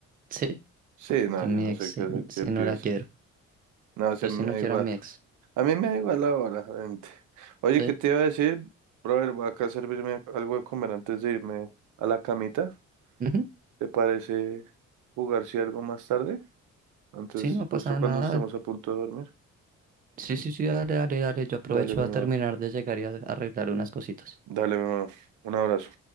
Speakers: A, on the right; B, on the right.
A: Sí,
B: Sí, no,
A: yo mi
B: yo no
A: ex,
B: sé
A: sí,
B: qué,
A: sí,
B: qué piensan.
A: no la quiero.
B: No, se
A: Yo
B: me
A: sí no
B: da
A: quiero
B: igual.
A: a mi ex.
B: A mí me da igual ahora, gente. Oye,
A: Sí.
B: ¿qué te iba a decir? Brother, voy acá a servirme algo de comer antes de irme a la camita.
A: Ujú.
B: ¿Te parece jugar si algo más tarde? Antes,
A: Sí, no pasa
B: justo cuando
A: nada.
B: estemos a punto de dormir.
A: Sí, sí, sí, dale, dale, dale. Yo aprovecho
B: Dale, mi
A: a
B: hermano.
A: terminar de llegar y a arreglar unas cositas.
B: Dale, mi hermano. Un abrazo.